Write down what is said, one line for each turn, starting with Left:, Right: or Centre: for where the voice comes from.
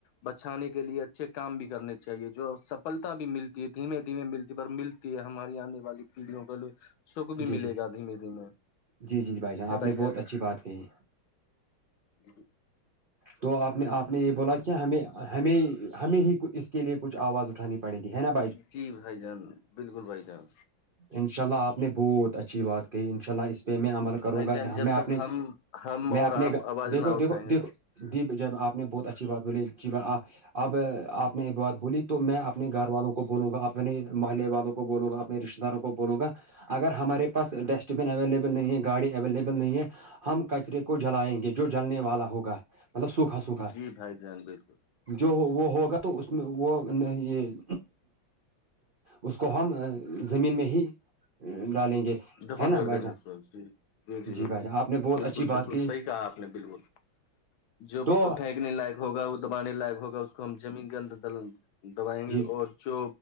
Left: بچانے کے لیے اچھے کام بھی کرنے چاہیے جو سفلتا بھی ملتی ہے دھیمے دھیمے ملتی پر مل ہماری آنے والی پیڑھیوں کا لو سکھ بھی
Right: جی
Left: ملے
Right: جی
Left: گا دھیمے دھیمے
Right: جی جی آپ
Left: بھائی
Right: نے
Left: جان
Right: بہت اچھی بات کہی
Left: ج
Right: تو آپ نے آپ نے یہ بولا کیا ہمیں ہمیں ہمیں ہی اس کے لیے کچھ آواز اٹھانی پڑ پڑ گی ہے نا <unintelligible>
Left: جی بھائی جان بالکل بھائی جان
Right: انشاء اللہ آپ نے بہت اچھی بات کہ انشاء اللہ اس پہ میں عمل کروں
Left: بھائی
Right: گا
Left: جان جب
Right: میں
Left: تک
Right: اپنے
Left: ہم ہم اور
Right: میں اپنے
Left: آپ آواز
Right: دیکھو
Left: نہ اٹھائیں
Right: دیکھو
Left: گے
Right: دیکھو ج ج آپ نے بہت اچھی بات بولی جی اب آپ نے یہ بات بولی تو میں اپنے گھر والوں کو بولوں گا اپنے محلے والوں کو بولوں گا اپنے رشتے داروں کو بولوں گا اگر ہمارے پاس ڈسٹ بن اویلیبل نہیں ہے گاڑی اویلیبل نہیں ہے ہم کچرے کو جلائیں گے جو جلنے والا ہوگا مطلب سوکھا سوکھا
Left: جی بھائی جان بالکل
Right: جو وہ ہوگا تو اس میں وہ یہ اس کو ہم زمین میں ہی ڈالیں گے
Left: دفن
Right: ہے نا
Left: کر
Right: بھائی
Left: دیں
Right: جان
Left: گے اس جی جی جی بھ
Right: بھائی جان آپ نے بہت
Left: بالکل
Right: اچھی
Left: بالکل
Right: بات کی
Left: صحیح کہا آپ نے بالکل جو
Right: تو
Left: پھینکنے لائق ہوگا وہ دبانے لائق ہوگا اس کو ہم زمین کے اندر دبائیں گے
Right: جی
Left: اور جو